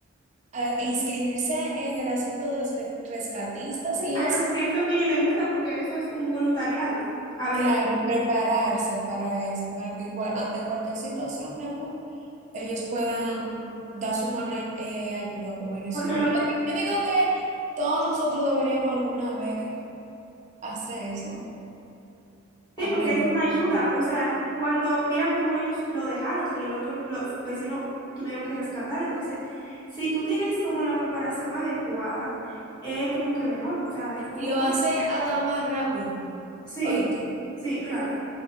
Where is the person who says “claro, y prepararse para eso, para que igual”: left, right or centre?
Right